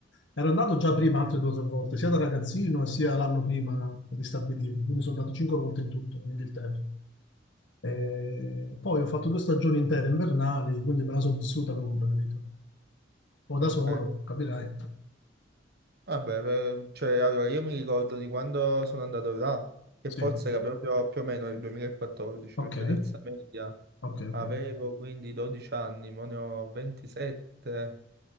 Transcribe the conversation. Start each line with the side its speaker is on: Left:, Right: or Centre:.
Left: Ero andato già prima altre due o tre volte, sia da ragazzino sia l'anno prima di stabilirmi, quindi sono andato cinque volte in tutto in Inghilterra. E poi ho fatto due stagioni intere invernali, quindi me la sono vissuta a Londra, capito? O
Right: Ok.
Left: da solo, capirai.
Right: Vabbè, per- cioè, allora io mi ricordo di quando sono andato là, che
Left: Sì.
Right: forse era proprio più o meno il 2014,
Left: Ok,
Right: perché terza media
Left: ok, ok.
Right: avevo quindi 12 anni, mo ne ho 27,